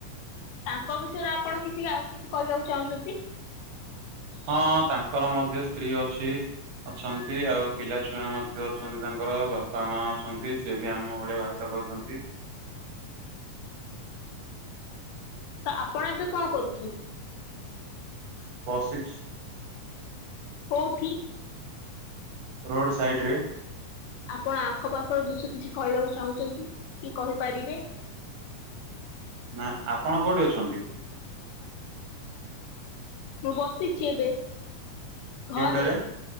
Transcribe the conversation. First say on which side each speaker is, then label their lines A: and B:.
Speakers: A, on the left (about 80°); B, on the right (about 75°).
A: ତାଙ୍କ ବିଷୟରେ ଆପଣ କିଛି ଆଉ କିଛି କହିବାକୁ ଚାହୁଁଛନ୍ତି।
B: ହଁ ତାଙ୍କର ମଧ୍ୟ ସ୍ତ୍ରୀ ଅଛି। ଅଛନ୍ତି ଆଉ ପିଲା ଛୁଆ ମଧ୍ୟ ଅଛନ୍ତି ତାଙ୍କର ବାପା ମା ଅଛନ୍ତି ସିଏ ବି ଆମ ଭଳିଆ ଭା ତ ଖାଉଛନ୍ତି।
A: ତ ଆପଣ ଏବେ କଣ କରୁଛନ୍ତି?
B: ବସିଛି।
A: କଉଠି?
B: ରୋଡ ସାଇଡ ରେ।
A: ଆପଣ ଆଖପାଖର ଦୃଶ୍ୟ କିଛି କହିବାକୁ ଚାହୁଁଛନ୍ତି କି କହିପାରିବେ?
B: ନା ଆପଣ କୋଉଠି ଅଛନ୍ତି?
A: ମୁଁ ବସିଛି ଏବେ
B: କେଉଁଠାରେ?
A: ଘରେ,